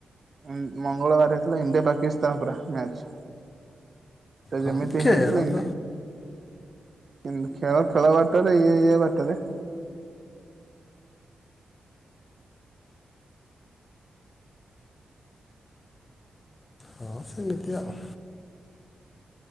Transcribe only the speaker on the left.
ହଁ
ଖେଳ
ତ
ହଁ ସେମିତି ଆଉ।